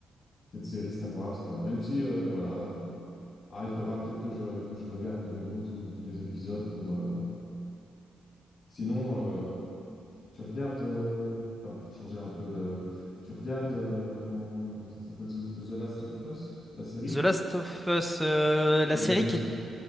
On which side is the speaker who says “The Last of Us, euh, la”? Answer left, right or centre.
Centre